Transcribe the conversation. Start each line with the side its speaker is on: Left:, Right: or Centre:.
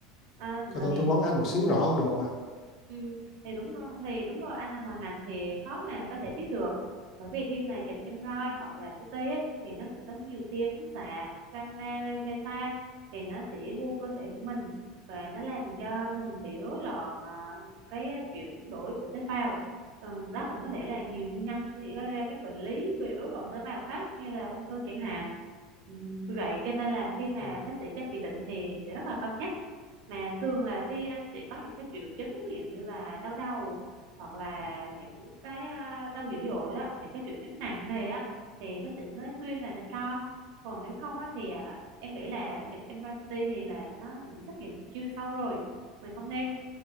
Right: à, bởi
Left: cái tôi tôi vấn anh một xíu rõ hơn được mà
Right: Ừ, thì đúng rồi thì đúng rồi anh là ngoài ngành thì khó mà có thể biết được bởi vì khi mà chụp MRI hoặc là CT ấy, thì nó sẽ có nhiều tia phóng xạ gamma ray beta thì nó sẽ vô cơ thể của mình và nó làm cho mình bị rối loạn à, những cái chuyển đổi của tế bào ừ, đó cũng có thể là nhiều nguyên nhân sẽ gây ra các bệnh lý về rối loạn tế bào khác như là ung thư chẳng hạn ừ, vì vậy cho nên là khi mà
Left: Ừ.
Right: bác sĩ cho chỉ định thì sẽ rất là cân nhắc mà thường là khi anh sẽ có những cái triệu chứng ví dụ như là đau đầu hoặc là những cái à, đau dữ dội đó những cái triệu chứng nặng này á thì bác sĩ mới khuyên là nên cho còn nếu không á thì à, em nghĩ là chụp MRI CT thì là nó sẽ xét nghiệm chưa sâu rồi mình không nên